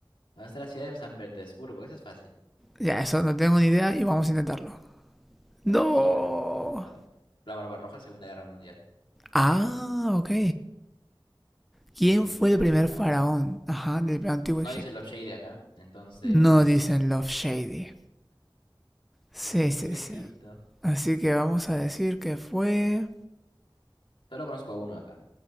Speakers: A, on the left; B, in the centre.
A: ¿Dónde está la ciudad de San Petersburgo? Eso es fácil.
B: Ya, eso no tengo ni idea y vamos a intentarlo. No.
A: Rusia, claro. La Barbarroja, Segunda Guerra Mundial.
B: Ah, ok. ¿Quién
A: El
B: fue
A: primer
B: el primer
A: faraón.
B: faraón? Ajá, del antiguo
A: No
B: Egipto.
A: dice Love Shady acá, entonces.
B: No dicen Love Shady. Sí,
A: Del Antiguo
B: sí,
A: Egipto.
B: sí. Así que vamos a decir que fue...
A: Solo conozco a uno acá.